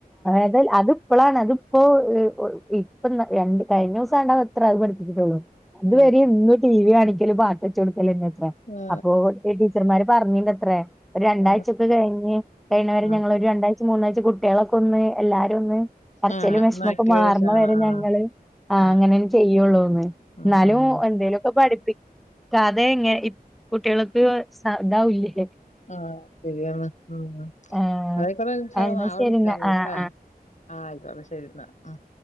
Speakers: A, in the centre; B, on the left.
A: അത് അത്പ്പളാണ് അതിപ്പോ ഇപ്പ രണ്ട് കഴിഞ്ഞ ദിവസം കണ്ട അത്രേ അത് പഠിപ്പിച്ചിട്ടുള്ളൂ ഇത്
B: ആ.
A: വര ഇന്ന് ടി വി കാണിക്കലും പാട്ട് വെച്ചുകൊടുക്കലന്നെത്ര
B: ആ.
A: അപ്പോ ടീച്ചർമാര് പറഞ്ഞിനി ത്ര. ഒരു രണ്ടാഴ്ച
B: ആ.
A: ഒക്കെ കഴിഞ്ഞ് കഴിഞ്ഞവരെ
B: ആ.
A: ഞങ്ങൾ ഒരു രണ്ടാഴച മൂന്നാഴ്ച കുട്ടികളൊക്കെ ഒന്ന് എല്ലാരും ഒന്ന് കരച്ചില്
B: ആ.
A: വിഷമൊക്കെ
B: എന്നാ ആക്ടിവേഷൻ
A: മാറണ
B: ആ.
A: വരെ
B: ആ.
A: ഞങ്ങള് ആഹ്
B: ആ.
A: അങ്ങനെ ചെയ്യുള്ളൂന്ന്
B: ഉം.
A: എന്നാലും
B: ഉം.
A: എന്തേലും ഒക്കെ പഠിപ്പിക്കതെ എങ്ങനെ കുട്ടികൾക്ക് ഇതാവില്ലേ
B: ആഹ ശരിയാണ് ഉ
A: ആഹ്
B: അതായിക്കോട്ടെ ഇന്ഷാ അള്ളാഹ്
A: എന്നാ
B: നാളെ
A: ശരി
B: വിളിക്ക
A: എന്നാ ആഹ്
B: ട്ടാ ആഹ് ആയിക്കോട്ടെ ശരിന്നാ അഹ്